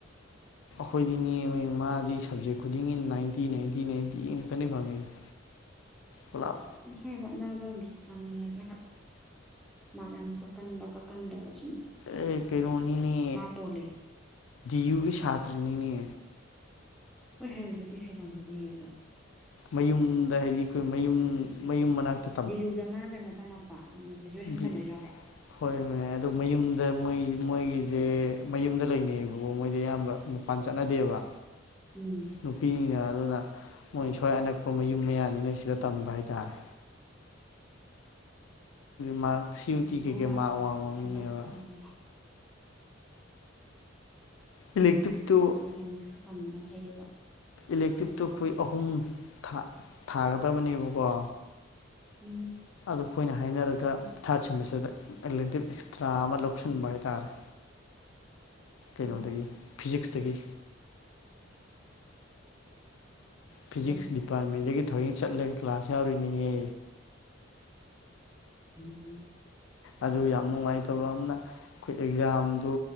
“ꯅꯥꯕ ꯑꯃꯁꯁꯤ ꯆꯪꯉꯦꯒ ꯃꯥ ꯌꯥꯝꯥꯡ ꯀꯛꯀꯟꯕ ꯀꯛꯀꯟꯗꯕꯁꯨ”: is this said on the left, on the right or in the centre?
Centre